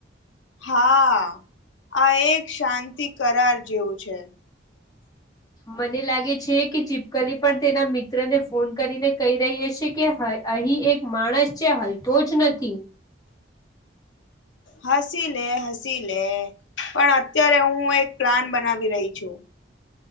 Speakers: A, on the left; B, on the left.
A: હા, આ એક શાંતિ કરાર જેવું છે. <inaudible>
B: મને લાગે છે, કે ચીપકલી પણ તેના મિત્ર ને ફોન કરીને કહી રહી હશે કે હ અહી એક માણસ છે, હલતો જ નથી.
A: હસીલે, હસીલે, પણ અત્યારે હું એક પ્લાન બનાવી રહી છું.